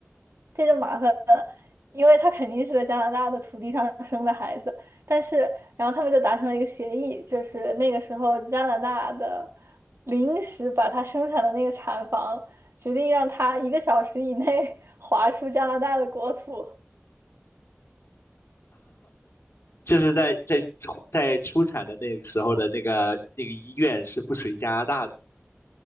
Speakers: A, on the right; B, on the left.
A: 这就麻烦了，因为他肯定是在加拿大的土地上生的孩子，但是然后他们就达成了一个协议，就是那个时候加拿大的临时把他生产的那个产房决定让他一个小时以内 <laughs> 划出加拿大的国土，
B: 就是在在在出产的那个时候的那个那个医院是不属于加拿大的。